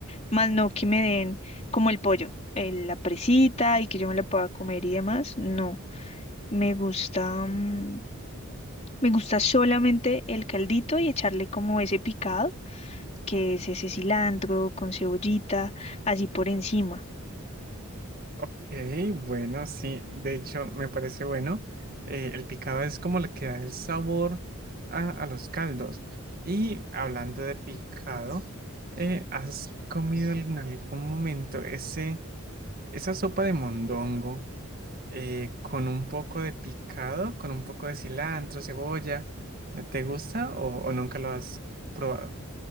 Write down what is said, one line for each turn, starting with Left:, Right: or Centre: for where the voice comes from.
Left: más no que me den como el pollo, el- la presita y que yo me la pueda comer y demás. No, me gusta, mm, me gusta solamente el caldito y echarle como ese picado, que es ese cilantro con cebollita, así por encima.
Right: Ok, bueno, sí, de hecho me parece bueno. Eh, el picado es como le queda el sabor a, a los caldos. Y hablando de picado, eh, ¿has comido en algún momento ese, esa sopa de mondongo? eh, con un poco de picado, con un poco de cilantro, cebolla. Eh, ¿Te gusta o, o nunca lo has probado?